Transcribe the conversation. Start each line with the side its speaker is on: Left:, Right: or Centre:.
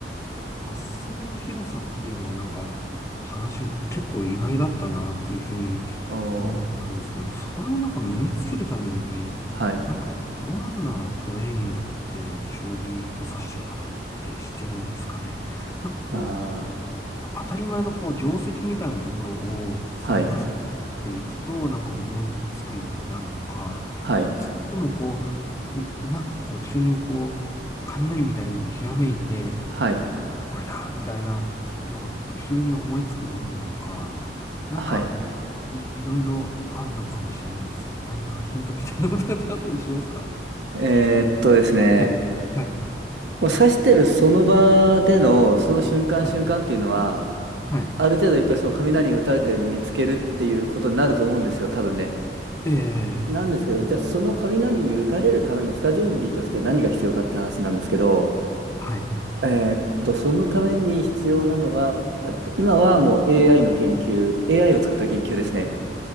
Left: 発想の広さっていうのはなんか話が結構意外だったなっていうふうに
Right: おー、
Left: 思ったんですけど、それをなんか身につけるために、
Right: はい。
Left: なんかどんなトレーニングって将棋を指してる方ってしてるんですかね。なんかこう、
Right: あー、
Left: 当たり前のこう定石みたいなところを積み重ねていくとなんか思いつくようになるのか、
Right: はい。はい。
Left: それともこう、んなんかこう急にこう、雷みたいにひらめいて、
Right: はい。
Left: これだみたいなのが、こう、急に思いつくものなのか、なんか、
Right: はい。
Left: い、いろいろあるのかもしれないですけど、何かヒントみたいなのってあったりしますか
Right: えーっとですね、
Left: はい、はい、
Right: もう指してるその場での、その瞬間瞬間っていうのは、
Left: はい、はい、
Right: ある程度やっぱりその雷に打たれたように見つけるっていうことになると思うんですよ、多分ね。
Left: ええ、
Right: なんですけど、じゃあその雷に打たれるための下準備として何が必要かって話なんですけど、
Left: はい、
Right: えーっと、そのために必要なのが、えっと、今はもう AI の研究、AI を使った研究ですね。